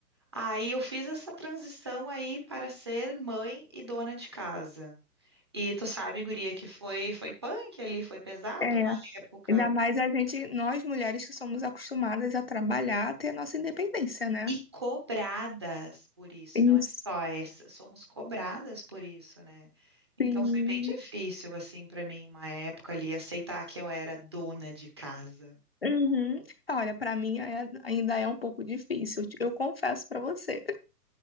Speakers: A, on the right (about 15°); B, on the left (about 40°).
A: Aí eu fiz essa transição aí para ser mãe e dona de casa. E tu sabe, guria, que foi foi punk ali, foi pesado
B: É,
A: uma época
B: ainda mais a gente, nós mulheres que somos acostumadas a trabalhar, a ter nossa independência, né?
A: E cobradas por isso,
B: Isso.
A: não é só essa, somos cobradas por isso, né? Então
B: Sim.
A: foi bem difícil, assim, para mim, uma época ali, aceitar que eu era dona de casa.
B: Uhum. Olha, pra mim é- ainda é um pouco difícil, eu confesso pra você.